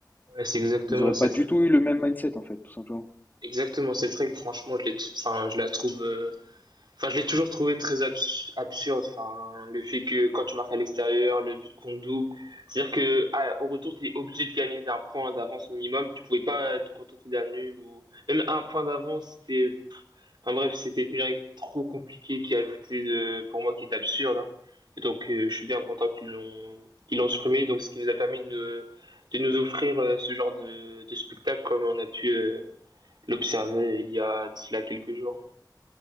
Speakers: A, on the right; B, on the left.
A: Ouais, c'est exactement
B: Ils auraient
A: cette
B: pas du
A: règle.
B: tout eu le même mindset en fait, tout simplement.
A: Exactement cette règle, franchement, je, l'ai enfin, je la trouve euh, Enfin, je l'ai toujours trouvé très abs- absurde. Enfin, le fait que quand tu marques à l'extérieur, le but compte double. C'est-à-dire que ah, au retour, tu es obligé de gagner d'un point d'avance minimum. Tu pouvais pas te contenter d'un nul ou même un point d'avance. C'était, pff, enfin bref, c'était une règle trop compliquée qui ajoutait de- pour moi qui est absurde. hein. Et donc, euh, je suis bien content qu'ils l'ont qu'ils l'ont supprimé. Donc, ce qui nous a permis de, ne- de nous offrir euh, ce genre de, de spectacle comme on a pu euh, l'observer il y a de cela quelques jours.